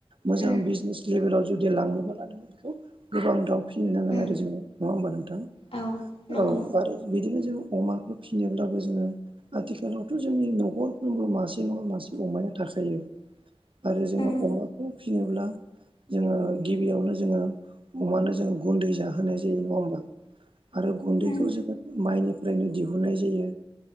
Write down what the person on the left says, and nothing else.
उम
उम
औ नंगौ
उम
उम